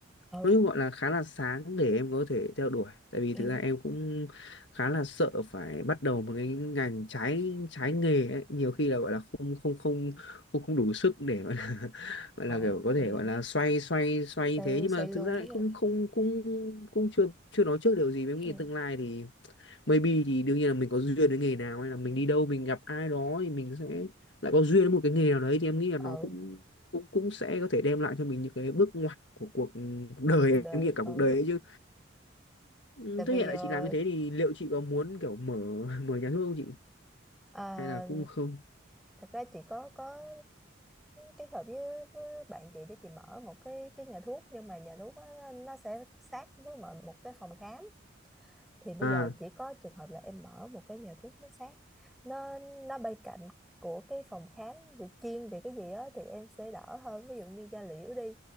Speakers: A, in the centre; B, on the left.
A: ừ
B: nói chung gọi là khá là sáng để em có thể theo đuổi tại vì
A: ừ.
B: thực ra em cũng khá là sợ phải bắt đầu một cái ngành trái trái nghề ấy. Nhiều khi là gọi là không không không không không đủ sức để gọi là, <laughs> gọi
A: ờ
B: là kiểu có
A: chị
B: thể
A: hiểu
B: gọi là xoay xoay xoay
A: sale
B: như thế nhưng
A: sale
B: mà
A: luôn
B: thực ra lại
A: đúng
B: không
A: không
B: không cũng cũng chưa chưa nói trước điều gì với nghĩ
A: ừ
B: tương lai thì maybe thì đương nhiên là mình có duyên với nghề nào hay là mình đi đâu mình gặp ai đó thì mình sẽ lại có duyên với một cái nghề nào đấy thì em nghĩ là
A: ờ
B: nó cũng cũng cũng sẽ có thể đem lại cho mình những cái bước ngoặt của cuộc cuộc đời
A: cuộc đời
B: em nghĩ là cả
A: ờ
B: cuộc đời ấy chứ Ừ,
A: tại vì
B: Thế hiện
A: ờ,
B: tại chị làm như thế thì liệu chị có muốn kiểu mở <laughs> mở nhà thuốc không chị?
A: à,
B: Hay là cũng không?
A: thật ra chị có có kết hợp với, với bạn chị để chị mở một cái cái nhà thuốc nhưng mà nhà thuốc á, nó sẽ sát với mọi- một cái phòng khám thì bây
B: À,
A: giờ chỉ có trường hợp là em mở một cái nhà thuốc nó sát nó nó bay cạnh của cái phòng khám vì chuyên về cái gì đó thì em sẽ đỡ hơn ví dụ như da liễu đi